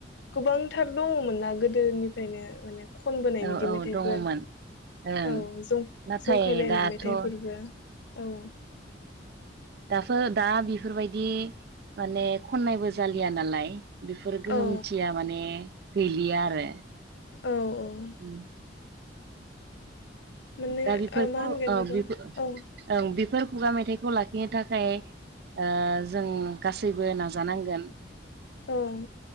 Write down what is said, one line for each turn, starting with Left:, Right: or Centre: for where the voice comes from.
Left: गोबां थार दङमोन ना गोद गोदोनिफ्रायनो माने खनबोनाय
Right: औ
Left: बिदि
Right: औ
Left: मेथाइफोर
Right: दङमोन ओं
Left: औ जं
Right: नाथाय
Left: जंखायलायनाय
Right: दाथ
Left: मेथाइफोरबो
Right: ओं
Left: औ
Right: दाथ दा बि बेफोरबायदि माने खननायबो जालिया नालाय बेफोर गोहोमथिया
Left: औ
Right: माने गैलिया आरो।
Left: औ औ
Right: उम
Left: माने
Right: दा बेफोरखौ
Left: ओ मा होनगोन
Right: ओ
Left: बेखौ
Right: बिफो ओं
Left: औ
Right: बिफ बेफोर खुगा मेथाइखौ लाखिनो थाखाय ओ जों गासैबो नाजानांगोन।
Left: ओं।